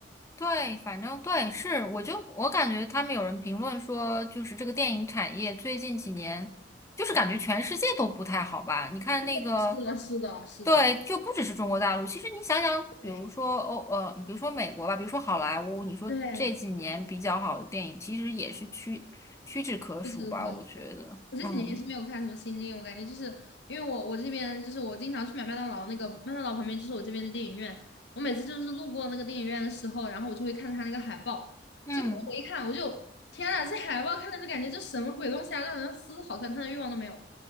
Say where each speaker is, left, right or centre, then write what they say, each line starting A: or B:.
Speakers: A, on the left; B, on the left.
A: 对，反正对，是，我就我感觉他们有人评论说，就是这个电影产业最近几年，就是感觉全世界都不太好吧？你看那个，
B: 的，是的，是的，
A: 对，就不只是中国大陆。其实你想想，比如说欧，
B: 对
A: 呃，比如说美国吧，比如说好莱坞，你说这几年比较好的电影，
B: 对对，
A: 其实也是屈屈指可数吧？
B: 就这个可
A: 我觉得，
B: 我这几年也是没有看什么新电影，
A: 嗯
B: 我感觉就是因为我我这边就是我经常去买麦当劳，那个麦当劳旁边就是我这边的电影院，我每次就是路过那个电影院的时候，然后我就会看它那个海报，
A: 嗯
B: 结果我一看我就天呐，这海报看着就感觉这什么鬼东西啊，让人丝毫想看的欲望都没有。